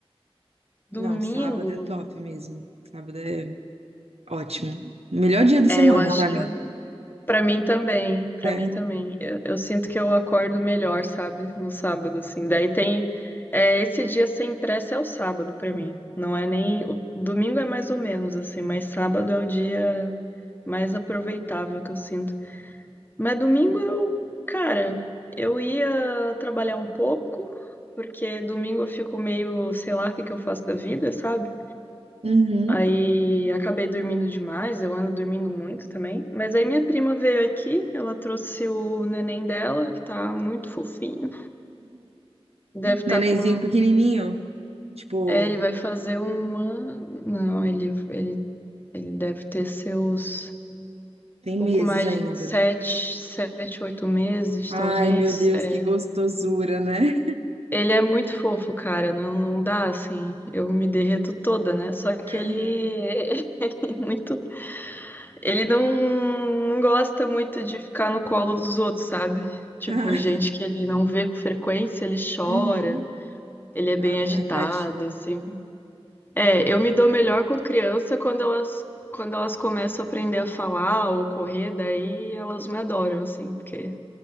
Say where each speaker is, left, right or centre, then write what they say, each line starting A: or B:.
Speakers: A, on the left; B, on the right.
A: Domingo.
B: Não, sábado é top mesmo. Sábado é ótimo. Melhor dia da
A: É,
B: semana
A: eu acho
B: pra
A: que
B: mim.
A: eu Pra mim também, pra
B: É.
A: mim também. Eu, eu sinto que eu acordo melhor, sabe? No sábado, assim. Daí tem. é, esse dia sem pressa é o sábado pra mim. Não é nem. O domingo é mais ou menos, assim, mas sábado é o dia mais aproveitável que eu sinto. Mas domingo eu. Cara, eu ia trabalhar um pouco, porque domingo eu fico meio, sei lá, o que que eu faço da vida, sabe?
B: Uhum.
A: Aí acabei dormindo demais, eu ando dormindo muito também. Mas aí minha prima veio aqui, ela trouxe o neném dela, que tá muito fofinho. Deve estar
B: Nenenzinho
A: com.
B: pequenininho, tipo,
A: É, ele vai fazer um ano. Não, ele, ele, ele deve ter seus
B: tem
A: pouco
B: meses
A: mais
B: ainda,
A: de sete,
B: né?
A: sete, oito meses,
B: Ai,
A: talvez.
B: meu Deus,
A: É.
B: que gostosura, né?
A: Ele é muito fofo, cara. Não, não dá assim. Eu me derreto toda, né? Só que
B: Aham.
A: ele <laughs> é muito Ele não gosta muito de ficar no colo dos outros, sabe? Tipo,
B: Ah,
A: gente que ele não vê com frequência, ele chora,
B: uhum.
A: ele é bem
B: Ai,
A: agitado,
B: tadinho.
A: assim. É, eu me dou melhor com criança quando elas, quando elas começam a aprender a falar ou correr, daí elas me adoram, assim, porque.